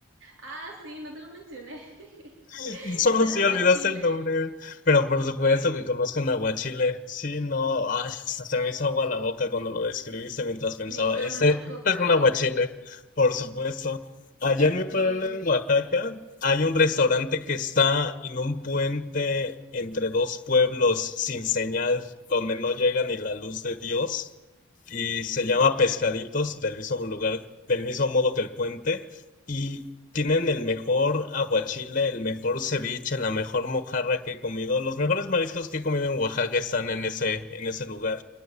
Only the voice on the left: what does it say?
<laughs> ¿Cómo
si
olvidaste el nombre? Pero por supuesto
que conozco un aguachile. Sí, no, ay, hasta se me hizo agua la boca cuando lo describiste mientras
pensaba,
este,
este es un aguachile, por supuesto. Allá en mi pueblo,
en Oaxaca, hay un restaurante que está en un puente entre dos pueblos sin señal, donde no llega ni la luz de Dios, y se llama Pescaditos, del mismo lugar, del mismo modo que el puente. Y tienen el mejor aguachile, el mejor ceviche, la mejor mojarra que he comido. Los mejores mariscos que he comido en Oaxaca están en ese, en ese lugar,